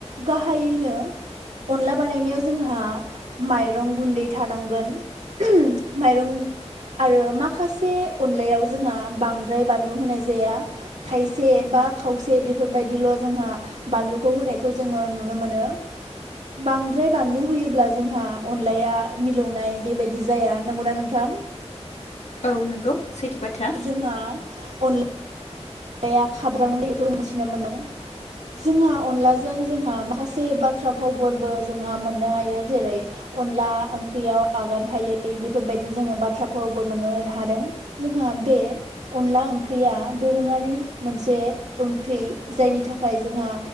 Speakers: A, on the right (about 85°); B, on the left (about 75°).
A: गाहायैनो अनला बानायनायाव जोंहा माइरं गुन्दै थानांगोन माइरं आरो माखासे अनलायाव जोंहा बांद्राय बानलु होनाय जाया थायसे बा खावसे बेफोरबायदिल' जोंहा बानलुखौ होनायखौ जोङो नुनो मोनो। बांद्राय बानलु होयोब्ला जोंहा अनलाया मिलौनाय बेबायदि जाया नंगौना नोंथां?
B: औ नंगौ सैथो बाथ्रा
A: जोंहा अनला अनलाया खाब्रां बेखौ मिथिनो मोनो जोंहा अनलाजों जोंहा माखासे बाथ्रा भावफोरबो जोंहा मोननो हायो जेरै अनला ओंख्रियाव आगान थायै बेफोरबायदि जोङो बाथ्रा फावबो मोननो हादों जोंहा बे अनला ओंख्रिया दोरोङारि बे मोनसे ओंख्रि जायनि थाखाय जोंहा